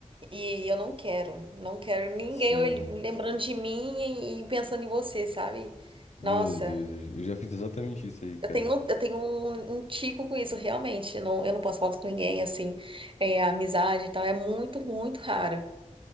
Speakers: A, on the right (about 40°); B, on the left (about 60°).
A: E eu não quero, não quero ninguém
B: Sim.
A: olh- lembrando de mim e e pensando em você, sabe?
B: Meu
A: Nossa,
B: Deus, eu eu já fiz exatamente isso aí, cara.
A: eu tenho, eu tenho um, um tico com isso, realmente. Eu não, eu não posso falar com ninguém, assim, é, amizade e tal. É muito, muito raro.